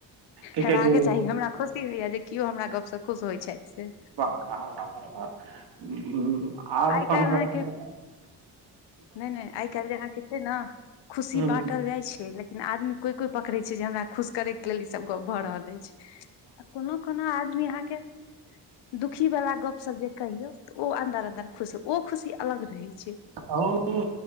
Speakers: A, on the right; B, on the left.
A: की
B: हेबा
A: कहै छै
B: के चाही हमरा खुशी होइया जे केओ हमरा गपसँ खुश होइत छथि से
A: वाहाह आओर आब
B: आइ काल्हि अहाँके नहि नहि आइ काल्हि जे अहाँ के छै ने खुशी
A: हुँ,
B: बाँटल जाइ छै लेकिन लेकिन आदमी कोई कोई पकड़े छै जे हमरा खुश करे के लेल ई सब गप भऽ रहल अछि आ कोनो कोनो आदमी अहाँ के दुखी वाला गप्प सब जे कहियौ तऽ ओ अंदर अंदर खुश ओ खुशी अलग रहै छै
A: ओ